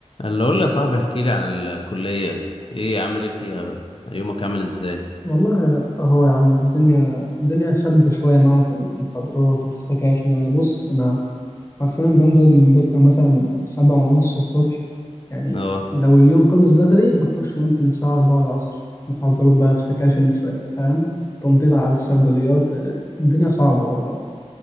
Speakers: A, on the left; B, on the left.
A: اللي اقول لي يا صاحبي احكي لي عن الكلية ايه عامل ايه فيها بقى يومك عامل ازاي
B: والله اهو يا عم الدنيا الدنيا شدة شوية معايا في المحاضرات وفي السكاشن يعني بص أنا حرفيا بنزل من بيتنا مثلا سبعة ونص الصبح يعني
A: اه
B: لو اليوم خلص بدري بخش ممكن الساعة أربعة العصر محاضرات بقى في سكاشن في فاهم في تنطيط على الصيدليات الدنيا صعبة والله